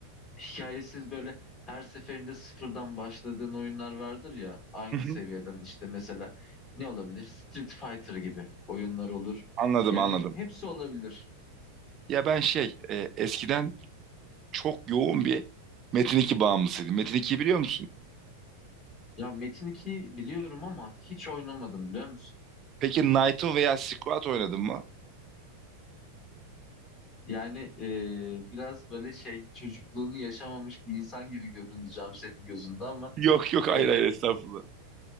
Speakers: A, on the left (about 20°); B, on the right (about 30°).
A: hikayesiz böyle her seferinde sıfırdan başladığın oyunlar vardır ya aynı
B: Hı hı.
A: seviyeden işte mesela ne olabilir? Street Fighter gibi oyunlar olur.
B: Anladım
A: Yani
B: anladım.
A: hepsi olabilir.
B: Ya ben şey e, eskiden çok yoğun bir Metin 2 bağımlısıydım. Metin 2'yi biliyor musun?
A: Ya Metin 2'yi biliyorum ama hiç oynamadım biliyor musun?
B: Peki Naito veya Squat oynadın mı?
A: Yani e, biraz böyle şey çocukluğunu yaşamamış bir insan gibi görüneceğim senin gözünde ama
B: Yok yok hayır
A: e,
B: hayır estağfurullah.